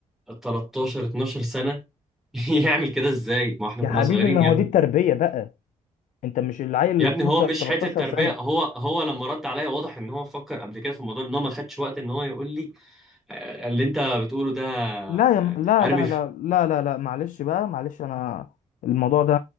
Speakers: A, in the centre; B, on the left.
A: 13 12 سنه <laughs> يعمل كده ازاي ما احنا
B: يا
A: كنا
B: حبيبي
A: صغيرين
B: ما
A: يا
B: هو
A: ابني
B: دي التربية بقى انت مش العيل
A: يا ابني
B: 12
A: هو مش
B: 13
A: حته تربيه
B: سنة
A: هو هو لما رد عليا واضح ان هو فكر قبل كده في الموضوع ان هو ما خدش وقت ان هو يقول لي آه، اللي انت بتقوله ده آه،
B: لا يا م- لا
A: ارمي
B: لا
A: في
B: لا لا لا لا معلش بقى معلش انا الموضوع ده